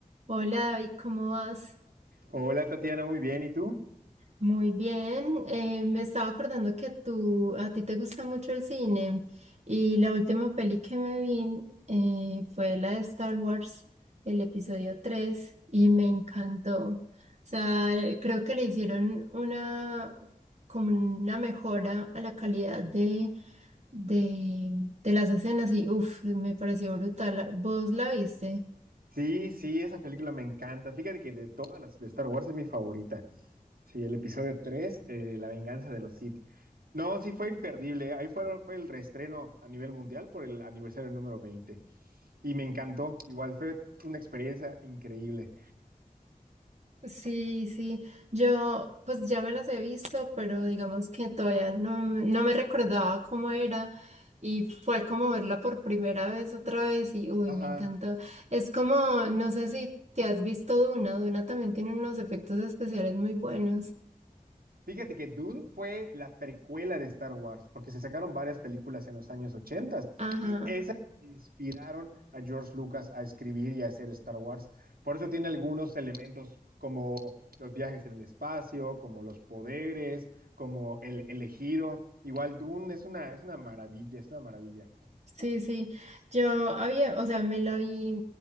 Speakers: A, on the right (about 50°); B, on the right (about 85°).
A: Hola David, ¿cómo vas?
B: Hola Tatiana, muy bien. ¿Y tú?
A: Muy bien. eh, me estaba acordando que tú, a ti te gusta mucho el cine y la última peli que me vi eh, fue la de Star Wars, el episodio 3 y me encantó. O sea, creo que le hicieron una, como una mejora a la calidad de, de, de las escenas y uff, me pareció brutal. ¿Vos la viste?
B: Sí, sí, esa película me encanta. Fíjate que de todas las de Star Wars es mi favorita. Sí, el episodio 3, eh, La venganza de los Sith. No, sí, fue imperdible. Ahí fue, fue el reestreno a nivel mundial por el aniversario número veinte Y me encantó. Igual fue una experiencia increíble.
A: Sí, sí, yo pues ya me las he visto, pero digamos que todavía no, me- no me recordaba cómo era y fue como verla por primera vez otra vez y uy,
B: Ajá.
A: me encantó. Es como, no sé si te has visto Duna, Duna también tiene unos efectos especiales muy buenos.
B: Fíjate que Dune fue la precuela de Star Wars, porque se sacaron varias películas en los años 80
A: Ajá.
B: y esas inspiraron a George Lucas a escribir y a hacer Star Wars. Por eso tiene algunos elementos como los viajes en el espacio, como los poderes, como el elegido. Igual Dune es una, es una maravilla, es una maravilla.
A: Sí, sí, yo había, o sea, me la vi